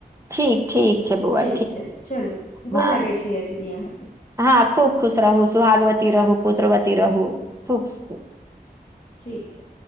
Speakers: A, on the right; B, on the left.
A: ठीक ठीक छै बौआ
B: ठीक छै चलू
A: हँ
B: गोड़ लगे छी दीदी अहाँकेँ
A: हँ खूब खुश रहू सुहागवती रहू पुत्रवती रहू खूब।
B: ठीक छै।